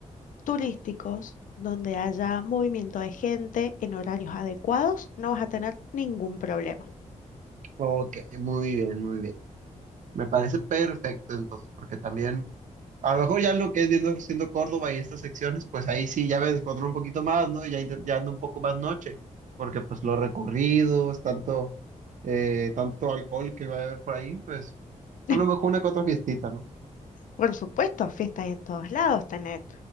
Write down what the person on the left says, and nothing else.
turísticos donde haya movimiento de gente en horarios adecuados, no vas a tener ningún problema.
<laughs>
Por supuesto, fiestas en todos lados tenés.